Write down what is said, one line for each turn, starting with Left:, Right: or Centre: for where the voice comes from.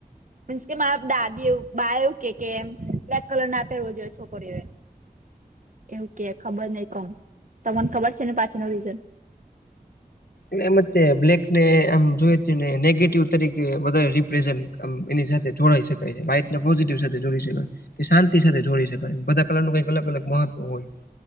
Right: મીન્સ કે, મા-દાદી એવું બા એવું કે, કે એમ બ્લેક કલર ના પેરવો જોઈ છોકરીઓએ. એવું કે, ખબર નહીં કોણ તમન ખબર છે ને, પાછળ નો રીઝન.
Left: ને, એમ જ કે બ્લેક ને આમ જોય છે ને, નેગેટિવ તરીકે વધારે રિપ્રેઝન આમ એની સાથે જોડાઈ શકાય છે, વાઇટને પોઝિટિવ સાથે જોડી શકાય. કે, શાંતિ સાથે જોડી શકાય બધા કલર નું કઈક અલગ-અલગ મહત્વ હોય.